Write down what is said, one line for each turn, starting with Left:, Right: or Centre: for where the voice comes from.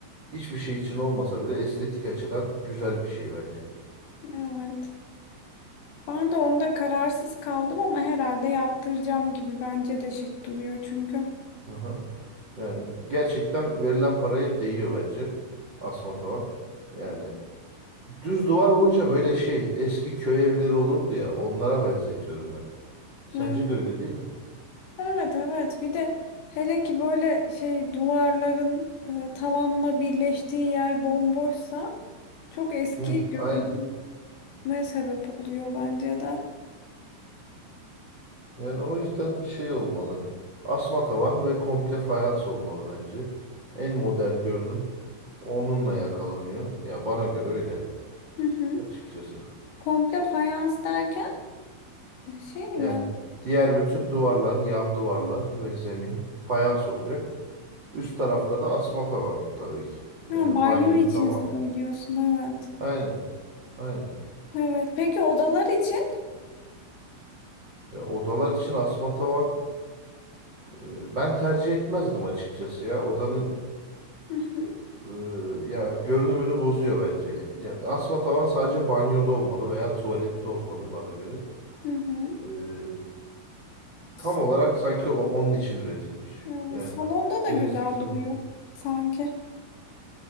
Right: hiçbir şey için olmasa bile estetik açıdan güzel bir şey bence.
Left: evet. Ben de onda kararsız kaldım ama herhalde yaptıracağım gibi bence de şık duruyor çünkü.
Right: Hı hı. Yani gerçekten verilen paraya değiyor bence asma tavan. Yani düz duvar olunca böyle şey eski köy evleri olurdu ya onlara benzetiyorum ben. Sence
Left: Evet.
Right: de öyle değil mi?
Left: Evet evet bir de hele ki böyle şey duvarların e, tavanla birleştiği yer bomboşsa çok eski
Right: Hı,
Left: görünür
Right: aynen.
Left: ne sebep oluyor bence de.
Right: Yani o yüzden şey olmalı. Asma tavan ve komple fayans olmalı bence. En modern görünüm onunla yakalanıyor. Ya bana göre öyle
Left: Hı hı.
Right: açıkçası.
Left: Komple fayans derken e, şey
Right: Yani
Left: mi?
Right: diğer bütün duvarlar, yan duvarlar ve zemin fayans olacak. Üst tarafta da asma tavan tabii ki.
Left: Ha,
Right: Yani
Left: banyo
Right: banyonun
Left: için
Right: tamamı.
Left: söylüyorsun evet.
Right: Aynen, aynen.
Left: Evet. Peki odalar için?
Right: Ya odalar için asma tavan e, ben tercih etmezdim açıkçası ya. Odanın
Left: Hı hı.
Right: Ee, ya görünümünü bozuyor bence. Ya asma tavan sadece banyoda olmalı veya tuvalette olmalı bana göre.
Left: Hı hı.
Right: Ee,
Left: S-
Right: tam olarak sanki o- onun için üretilmiş.
Left: evet,
Right: Yani
Left: Salonda da
Right: benim
Left: güzel
Right: fikrim
Left: duruyor
Right: o.
Left: sanki.